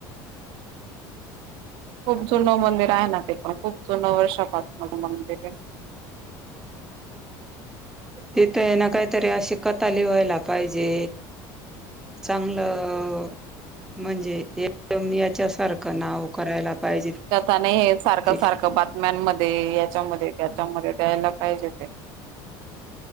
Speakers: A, on the right; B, in the centre.
A: खूप जुनं मंदिर आहे ना ते पण खूप जुनं वर्षापासून मंदिर आहे.
B: तिथं आहे ना काहीतरी अशी कथा लिवायला पाहिजे. चांगलं म्हणजे एकदम याच्यासारखं नाव करायला पाहिजे.
A: त्याता नाही हे सारखं
B: तिथं
A: सारखं बातम्यांमध्ये याच्यामध्ये त्याच्यामध्ये द्यायला पाहिजे ते